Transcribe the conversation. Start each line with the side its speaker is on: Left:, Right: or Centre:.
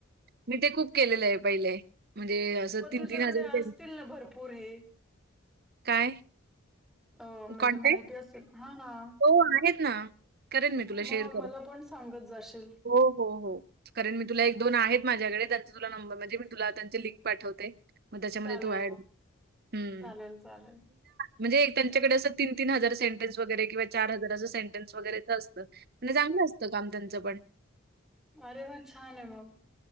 Right: मी ते खूप केलेलं आहे पहिलेय म्हणजे असं
Centre: मग
Right: तीन
Centre: तुझ्याकडे
Right: तीन हजारप
Centre: असतील भरपूर हे
Right: काय?
Centre: अ म्हणजे
Right: कॉन्टॅक्ट?
Centre: माहिती असेल हा
Right: हो, आहेत ना. करेन मी तुला
Centre: मग
Right: शेअर करेन.
Centre: मला पण सांगत जाशील
Right: हो हो हो कारण मी तुला एक दोन आहेत माझ्याकडे त्यांचा तुला नंबर म्हणजे मी तुला त्यांचे लिंक पाठवते मग त्याच्यामध्ये
Centre: चालेल
Right: तू वाड
Centre: ना
Right: हम्
Centre: चालेल चालेल
Right: म्हणज एक त्यांच्याडे असं तीन ती हार सेंटन्स वगरे किं चार हजाराचं सेंटेनस वगैरेच असतं म्हणजे चांगलं असतं काम त्यांचं पण
Centre: अरे वा छान आहे मग